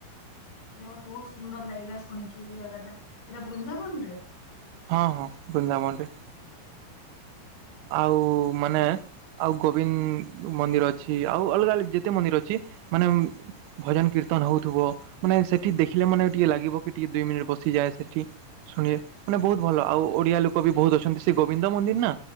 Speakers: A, on the left; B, on the right.
A: ଯାହ ହଉ ବହୁତ ସୁନ୍ଦର ଲାଗିଲା ଶୁଣିକି ଏଇ ଜାଗା ଟା। ଏଇଟା ବୃନ୍ଦାବନ ରେ?
B: ହଁ ହଁ ବୃନ୍ଦାବନରେ। ଆଉ ମାନେ ଆଉ ଗୋବିନ୍ ମନ୍ଦିର ଅଛି। ଆଉ ଅଲଗା ଅଲା ଯେତେ ମନ୍ଦିର ଅଛି। ମାନେ ଭଜନ୍ କୀର୍ତନ ହଉଥିବ। ମାନେ ସେଠି ଦେଖିଲେ ମାନେ ଟିକେ ଲାଗିବ କି ଟିକେ ଦୁଇ ମିନିଟ୍ ବସିଯାଏ ସେଠି। ଶୁଣିବେ ମାନେ ବହୁତ ଭଲ। ଆଉ ଓଡିଆ ଲୋକ ବି ବହୁତ ଅଛନ୍ତି। ସେ ଗୋବିନ୍ଦ ମନ୍ଦିର୍ ନା।